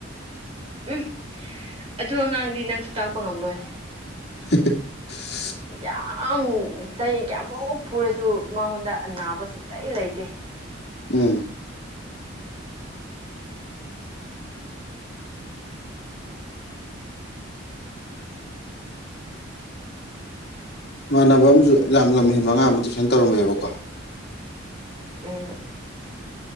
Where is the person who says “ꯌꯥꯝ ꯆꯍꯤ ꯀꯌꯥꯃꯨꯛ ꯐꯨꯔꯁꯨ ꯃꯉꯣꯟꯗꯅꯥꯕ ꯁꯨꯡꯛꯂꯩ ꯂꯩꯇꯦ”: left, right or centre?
Right